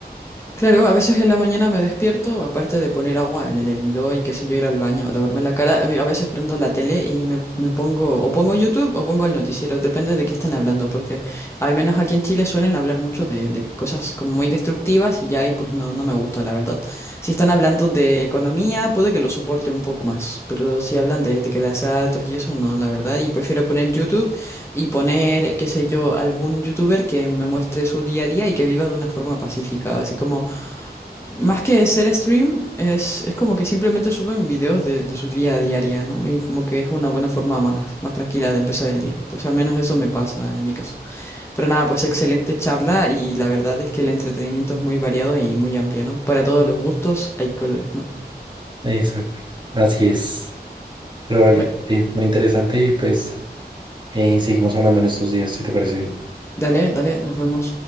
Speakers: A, on the left (about 15°); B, on the right (about 25°).
A: Claro, a veces en la mañana me despierto, aparte de poner agua en el hervidor y qué sé yo, ir al baño, lavarme la cara, eh, a veces prendo la tele y me, me pongo, o pongo YouTube o pongo el noticiero, depende de qué estén hablando, porque al menos aquí en Chile suelen hablar mucho de, de cosas como muy destructivas y ya ahí pues no, no me gusta, la verdad. Si están hablando de economía, puede que lo soporte un poco más, pero si hablan de, de que de asaltos y eso, no, la verdad, y prefiero poner YouTube y poner, qué sé yo, algún youtuber que me muestre su día a día y que viva de una forma pacífica, así como... Más que ser stream, es, es como que simplemente suben videos de, de su día a diaria, ¿no? Y como que es una buena forma más, más tranquila de empezar el día. Pues al menos eso me pasa en mi caso. Pero nada, pues excelente charla y la verdad es que el entretenimiento es muy variado y muy amplio, ¿no? Para todos los gustos hay colores, ¿no?
B: Exacto. Así es. Pero vale,
A: Bueno,
B: sí, muy interesante y pues eh, seguimos hablando en estos días, si te parece bien.
A: Dale, dale, nos vemos.